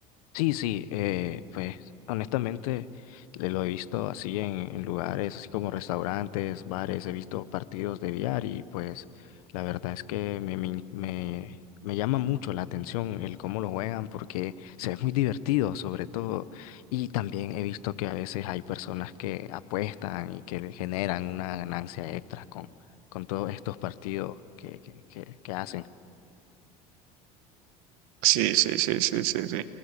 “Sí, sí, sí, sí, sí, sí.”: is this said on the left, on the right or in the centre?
Right